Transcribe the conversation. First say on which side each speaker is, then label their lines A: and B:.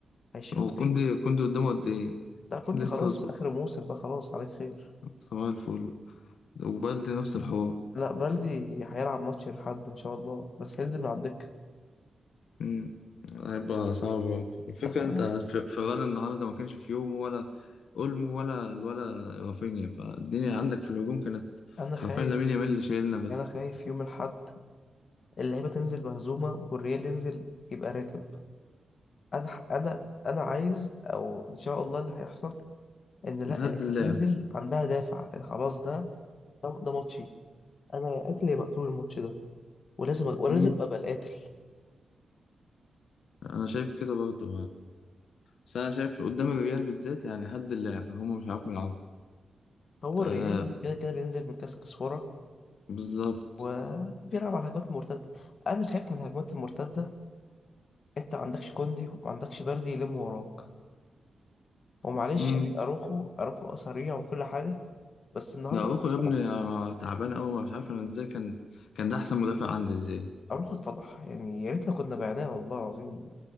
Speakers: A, on the left (about 50°); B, on the left (about 90°).
A: هيشيلوا
B: هو
A: الطين
B: كوندي كوندي قدامه قد إيه
A: ده
B: <laughs>
A: كنت
B: لسه
A: خلاص
B: يظبط
A: اخر موسم بقى خلاص عليك خير
B: صباح الفل وبالدي نفس الحوار
A: لا بلدي هيلعب ماتش الحد ان شاء الله بس هينزل من على الدكه
B: امم هيبقى صعب برضه الفكرة
A: بس انا
B: أنت في فيران النهاردة ما كانش في يوم ولا أولمو ولا ولا رافينيا فالدنيا عندك في الهجوم كانت
A: انا
B: حرفيا
A: خايف
B: لامين يامال
A: بس
B: اللي شايلنا بس
A: انا خايف يوم الحد اللعيبه تنزل مهزومه والريال ينزل يبقى راكب انا انا انا عايز او ان شاء الله اللي هيحصل ان لا
B: نهد
A: اللعيبه
B: اللعب
A: تنزل عندها دافع إن خلاص ده ده ده ماتشي انا يا قاتل يا مقتول الماتش ده ولازم أ- ولازم
B: امم
A: ابقى القاتل
B: أنا شايف كده برضه بس أنا شايف قدام الريال بالذات يعني هد اللعب هما مش عارفين يلعبوا
A: هو
B: آه
A: الريال كده كده بينزل من كاس كسوره
B: بالظبط
A: وبيلعب على الهجمات المرتده انا خايف من الهجمات المرتده انت ما عندكش كوندي وما عندكش بلدي يلم وراك ومعلش
B: مم.
A: يعني اروخو اروخو سريع وكل حاجه بس النهارده
B: ده اروخو
A: اروخو
B: يا ابني
A: اتفضح
B: أنا تعبان قوي مش عارف انا ازاي كان كان ده احسن مدافع عندي ازاي
A: اروخو اتفضح يعني يا ريتنا كنا بعناه والله العظيم